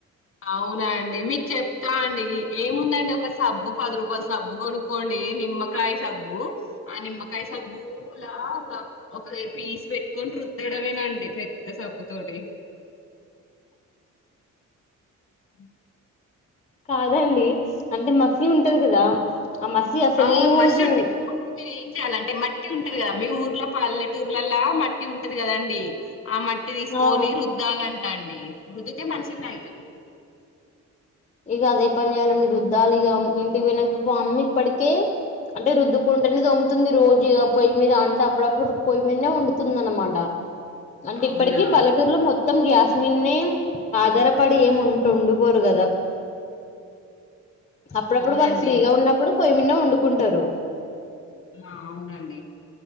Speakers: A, on the left; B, on the left.
A: అవునా అండి మీకు చెప్తా అండి. ఏముందండి ఒక సబ్బు పది రూపాల సబ్బు కొనుక్కోండి. డి నిమ్మకాయ సబ్బు, ఆ నిమ్మకాయ సబ్బులా ఒక పీస్ పెట్టుకొని రుద్ ద్దడమేనండి పెద్ద సబ్బు తోటి. ఉ
B: కాదండి అంటే మసి ఉంటది కదా ఆ మసి అసలే
A: అవును
B: పోదు
A: మషి ఉంటే అప్పుడు మీరు ఏం చెయాలంటే మ ట్టి ఉంటది కదా మీ ఊర్ల పల్లెటూర్లలల్లా మట్టి ఉంటది కదండి. ఆ మట్టి తీసుకొని
B: ఆ
A: రుద్దాలంట అండి రుద్దుతే మంచిగనే అయితది.
B: ఇగ అదే పని చేయ్యాలండి రుద్దాలి ఇగ ఇంటికి పోయినంక మా అమ్మ ఇప్పటికే అంటే రుద్దుకుంటనే తోముతుంది రోజు ఇగా పొయ్యి మీద, అంటే అప్పుడప్పుడు పొయ్యి మీదనే వండుతుంది అనమాట. అంటే ఇప్పటికి
A: అవునా
B: పల్లెటూరులో మొత త్తం గ్యాస్ మీదనే ఆధారపడి ఏం వంట వండుకోరు కదా. అప్పుడప్పుడు
A: అవునండి
B: వాళ్ళు ఫ్రీగా ఉన్నప్పుడు పొయ్యమీదనే వండుకుంటరు.
A: ఆ అవునండి.